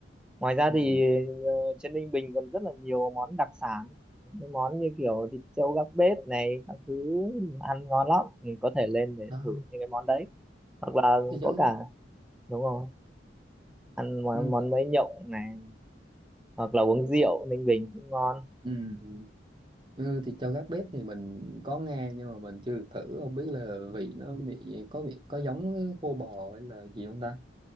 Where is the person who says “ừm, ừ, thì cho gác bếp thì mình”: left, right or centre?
Right